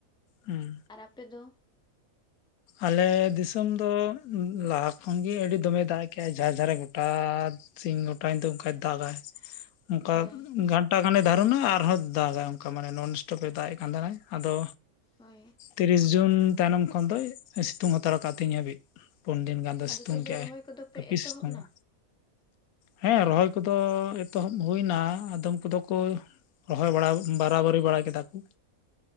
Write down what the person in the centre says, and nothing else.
ᱟᱨ ᱟᱯᱮ ᱫᱚ
ᱦᱳᱭ
ᱦᱳᱭ
ᱟᱫᱚ
ᱛᱚᱵᱮ
ᱨᱚᱦᱚᱭ ᱠᱚᱫᱚ ᱯᱮ
ᱮᱛᱚᱦᱚᱵ
ᱮᱱᱟ?